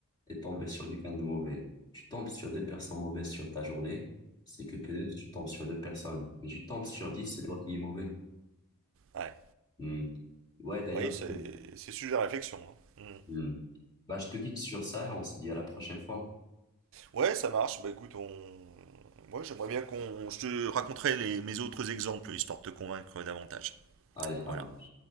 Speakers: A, on the left; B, on the right.
A: et tombes sur quelqu'un de mauvais. Tu tombes sur deux personnes mauvaises sur ta journée, c'est que peut-être tu tombes sur deux personnes. Mais tu tombes sur dix, c'est toi qui es mauvais.
B: ouais.
A: Hmm. Ouais, d'ailleurs.
B: Oui, c'est c'est sujet à réflexion. hein. Mm.
A: Hmm. Bah, je te quitte sur ça et on se dit à la prochaine fois.
B: Ouais, ça marche. Bah écoute, on. Moi, j'aimerais bien qu'on. Je te raconterai les, mes autres exemples, histoire de te convaincre davantage.
A: Allez, ça
B: Voilà.
A: marche.